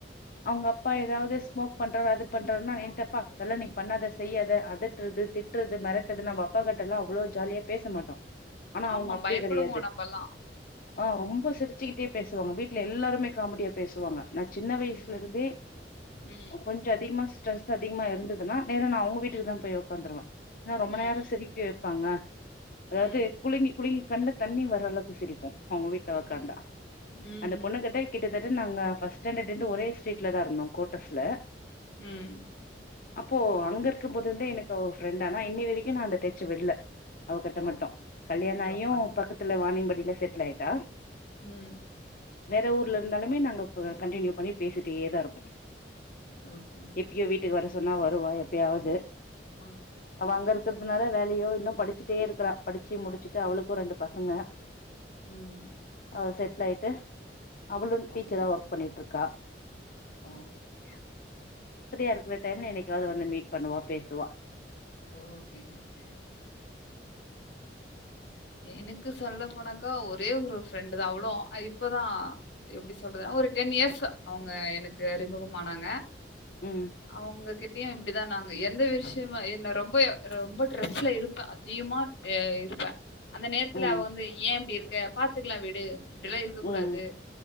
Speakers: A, on the left; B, on the left.
A: அவுங்க அப்பா ஏதாவது ஸ்மோக் பண் அ அது பண்றது என்ட்ட அப்பா அதெல்லா நீ பண்ணாத செய்யாத அதட்றது திட்றது மெரட்றது அப்பாக்கிட்ட எல்லா அவ்ளோ ஜாலியா பேச மாட்டோ ஆனா
B: ஆமா
A: அவங்க அப்டி
B: பயப்படுவோ
A: கெடையாது
B: நம்பல்லா
A: ஆ ரொம்ப சிரிச்சுகிட்டே பேசுவாங்க வீட்ல எல்லாருமே காமெடியா பேசுவாங்க நா சின்ன
B: ம்.
A: துல இருந்தே
B: ம்.
A: கொஞ்சோ அதிகமா ஸ்ட்ரெஸ் அதிகமா இருந்ததுன்னா நேர நா அவுங்க வீட்டுக்கு
B: ம்.
A: தா போய் உக்காந்ருவ ஏன ரொம்ப
B: ம்.
A: நேரோ சிரிக்க வப்பாங்க அதாவ்து
B: ம்.
A: குலங்கி குலுங்கி கண்ல தண்ணி வர்றல அளவுக்கு சிரிப்போ அவுங்க வீட்ல உக்காந்தா
B: ம். ம். ம்.
A: அந்த பொண்ணுக்கிட்ட கிட்டத்தட்ட நாங்க ஃபஸ்ட்டு ஸ்டாண்டர்லந்து ஒரே ஸ்ட்ரீட்லதா இருந்தோ குவாட்ரஸ்ல்ல
B: ம்
A: அப்போ அங்க இருக்கம்போதுல இருந்தே எனக்கு அவ ஃப்ரெண்டனா இன்னியவரைக்கு நா அந்த டச்ச விடல அவகிட்ட மட்டு
B: ஓகே.
A: கல்யாணமாயு
B: ரொம்ப நல்லது.
A: பக்கத்ல வானியம்பாடியில செட்லு ஆயிட்டா
B: ம்
A: வேற ஊர்ல இருந்தாலுமே நாங்க கண்ட்னியூ பண்ணி பேசிட்டேதா இருப்போ
B: ஓகே
A: எப்பியோ வீட்டுக்கு வர சொன்னா வருவா எப்பயாவது
B: ஆ
A: அவ அங்க இருக்றதுனால வேலையோ இன்னு படிச்சுட்டே இருக்றா படிச்சு முடிச்சுட்டு அவளுக்கு ரெண்டு பசங்க <unintelligible>
B: ம்
A: அவ செட்லு ஆயிட்டு அவ்ளு டீச்சரா
B: ஓகேங்க.
A: ஒர்க் பண்ணிட்ருக்கா
B: ஓகே
A: ஃப்ரியா இருக்ற டைம்ல என்னைக்காவது வந்து மீட் பண்ணுவா பேசுவா
B: ஓகே ஓகே எனக்கு சொல்ல போனாக்கா ஒரே ஒரு ஃப்ரெண்டுதா அவ்ளோ இப்பதா எப்டி சொல்றதுன்னா ஒரு டென் இயர்ஸ் அவங்க எனக்கு அறிமுகமானாங்க
A: ம்
B: அவுங்க கிட் இப்டிதா நாங்க எந்த விஷ்யமா என்ன ரொம்ப ரொம்ப ட்ரெஸ்ல் இருப்பே அதிகமாக இருப்பே அந்த நேரத்துல
A: ம்
B: அவ வந்து ஏ இப்டி இருக்க பாத்துக்லா விடு இப்டில்லா இருக்க
A: ம்
B: கூடாது